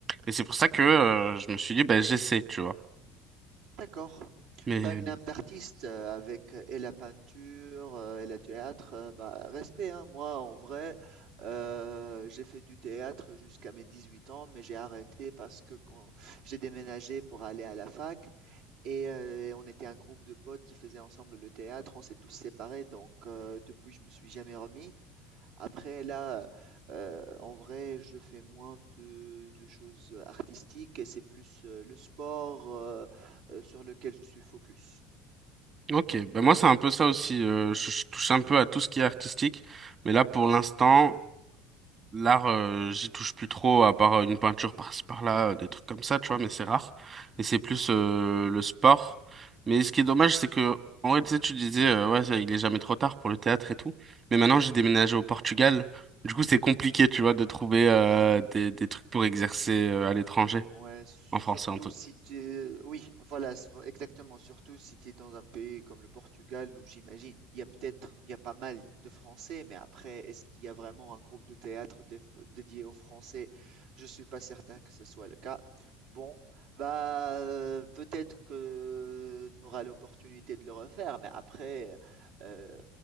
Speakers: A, on the right; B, on the right.
A: Et c'est pour ça que euh, je me suis dit, bah, j'essaie, tu vois.
B: D'accord.
A: Mais
B: Tu as une âme d'artiste euh, avec euh, et la peinture euh, et le théâtre. euh, Bah, respect, hein. Moi, en vrai, euh, j'ai fait du théâtre jusqu'à mes 18 ans, mais j'ai arrêté parce que quand j'ai déménagé pour aller à la fac et euh, et on était un groupe de potes qui faisaient ensemble le théâtre, on s'est tous séparés, donc euh, depuis, je me suis jamais remis. Après là, heu, en vrai, je fais moins de de choses artistiques et c'est plus, heu, le sport, heu heu, sur lequel je suis focus.
A: ok, ben moi c'est un peu ça aussi. euh, je, je touche un peu à tout ce qui est artistique, mais là pour l'instant, l'art, euh, j'y touche plus trop à part euh, une peinture par-ci par-là, euh, des trucs comme ça, tu vois. Mais c'est rare. Et c'est plus euh, le sport. Mais ce qui est dommage, c'est que en vrai, tu sais, tu disais, euh, ouais, ça, il est jamais trop tard pour le théâtre et tout. Mais maintenant,
B: Mmh.
A: j'ai déménagé au Portugal. Du coup, c'est compliqué, tu vois, de trouver euh, des, des trucs pour exercer euh, à l'étranger,
B: Ouais, surtout
A: en français en tout.
B: si tu... es- Oui, voilà, s- exactement. Surtout si tu es dans un pays comme le Portugal, où j'imagine, il y a peut-être, il y a pas mal de Français, mais après, est-ce qu'il y a vraiment un groupe de théâtre déf- dédié aux Français? Je suis pas certain que ce soit le cas. Bon, bah, euh, peut-être que tu auras l'opportunité de le refaire, mais après, euh,